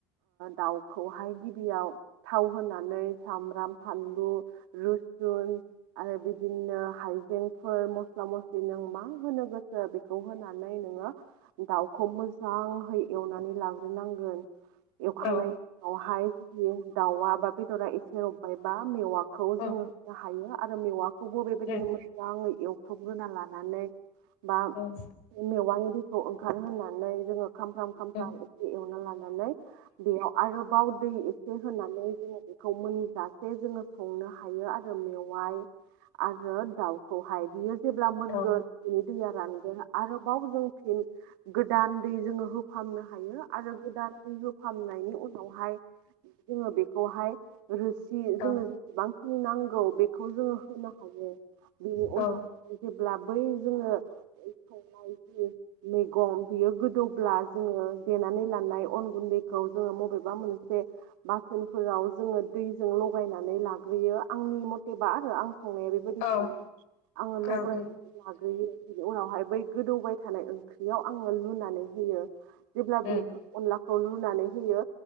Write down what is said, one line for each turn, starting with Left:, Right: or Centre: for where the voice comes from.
Right: दाउखौहाय गिबियाव थाव होनानै सामब्राम, फानलु, रुसुन आरो बिदिनो हाइजेंफोर मसला मसलि नों मा होनो गोसो बेखौ होनानै नोङो दाउखौ मोजांहै एव नानै लाग्रोनांगोन एवखांनाय
Left: औ
Right: उनावहाय जुदि दावा बा बेदरा एसे रबबायबा मेवा खौ
Left: उम
Right: जोङो होनो हायो आरो मेवाखौबो बेबायदिनो
Left: उम
Right: मोजाङै एव थाथब <unintelligible> लानानै बा
Left: उम
Right: मेवानि दैखौ ओंखारहोनानै जोङो खामफ्राम - खामफ्राम
Left: उम
Right: एसे एवना लानानै बेयाव आरोबाव दै एसे होनानै जोङो बेखौ मोन जासे जोङो संनो हायो आरो मेवाइ आरो दाउखौहाय बियो जेब्ला मोनगोन
Left: औ
Right: बेनि दैया रानगोन आरोबाव जों गोदान दै जोङो होफामनो हायो आरो गोदान हो फामनायनि उनावहाय जोङो बेखौहाय सि जोंनो
Left: औ
Right: जेसेबांखिनि नांगौ बेखौ जोङो होनो हायो बेनि
Left: औ
Right: उनावहाय जेब्ला बै जोङो संनाय जि मैगं बियो गोदौब्ला जोङो देनानै लानाय अन गुन्दैखौ जोङो बबेबा मोनसे बासोनफोराव जोङो दैजों लगायनानै लाग्रोयो आंनि मतेबा आरो आं संनाया बेबायदि
Left: औ
Right: सङो आङो
Left: औ
Right: लग्रायनानै
Left: उम
Right: लाग्रोयो बिनि उनावहाय बै गोदौबाय थानाय ओंख्रियाव आङो लुनानै होयो जेब्ला
Left: उम
Right: बेखो अनला खौ लुनानै होयो